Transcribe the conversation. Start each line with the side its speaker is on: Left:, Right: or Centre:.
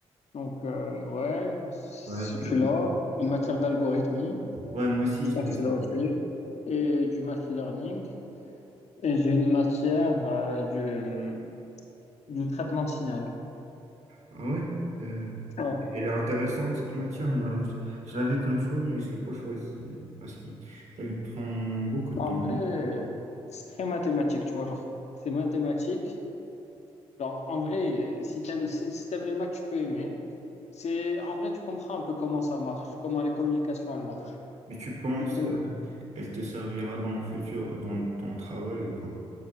Left: Donc euh, ouais, si
Right: ouais, je
Left: tu
Right: l'ai-
Left: l'as, une matière d'algorithmie,
Right: ouais, moi aussi,
Left: je
Right: je
Left: pense
Right: l'ai.
Left: que c'est là aussi, et du machine learning. Et j'ai une matière euh, du, du traitement de signal.
Right: Ah ouais, euh,
Left: Ouais.
Right: elle est intéressante cette matière. Moi, je, je l'avais comme choix, mais je l'ai pas choisie parce qu'elle prend beaucoup de
Left: En
Right: temps,
Left: vrai,
Right: non?
Left: c'est très mathématique, tu vois, genre, c'est mathématique. Alors, en vrai, euh, si t'aimes, si si t'aimes les maths, tu peux aimer. C'est, en vrai, tu comprends un peu comment ça marche, comment les communications, elles marchent.
Right: Mais tu penses,
Left: C'est quelque-
Right: euh, elle te servira dans le futur, dans ton travail ou pas?